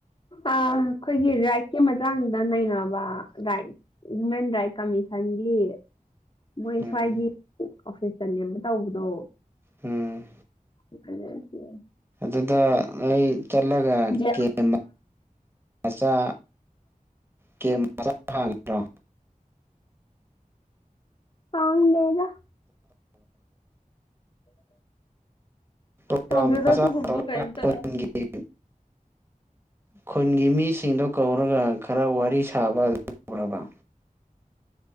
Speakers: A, on the left; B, on the right.
A: ꯑ ꯑꯩꯈꯣꯏꯒꯤ ꯔꯥꯏꯠꯀꯤ ꯃꯇꯥꯡꯗ ꯅꯩꯅꯕ ꯔꯥꯏꯠ ꯍ꯭ꯌꯨꯃꯦꯟ ꯔꯥꯏꯠ ꯀꯃꯤꯁꯟꯒꯤ ꯃꯣꯏ
B: ꯎꯝ
A: ꯁ꯭ꯋꯥꯏꯒꯤ ꯑꯣꯐꯤꯁꯇꯅꯦꯕ ꯇꯧꯕꯗꯣ
B: ꯎꯝ
A: <unintelligible>
B: ꯑꯗꯨꯗ ꯑꯩ ꯆꯠꯂꯒ
A: ꯒ꯭ꯌꯥꯟ
B: ꯀꯦꯝ ꯃꯆꯥ ꯀꯦꯝ ꯃꯆꯥ ꯐꯥꯡꯗ꯭ꯔꯣ
A: ꯐꯥꯡꯗꯦꯗ
B: ꯄ꯭ꯔꯣꯒ꯭ꯔꯥꯝ
A: ꯇꯧꯗꯦꯗ
B: ꯃꯆꯥ
A: ꯑꯗꯨꯒꯨꯝꯕ
B: ꯇꯧꯔꯒ
A: ꯀꯩꯌꯤꯝꯇ
B: ꯈꯨꯟꯒꯤ ꯈꯨꯟꯒꯤ ꯃꯤꯁꯤꯡꯗꯣ ꯀꯧꯔꯒ ꯈꯔ ꯋꯥꯔꯤ ꯁꯥꯕ ꯎꯔꯕ꯭ꯔꯥ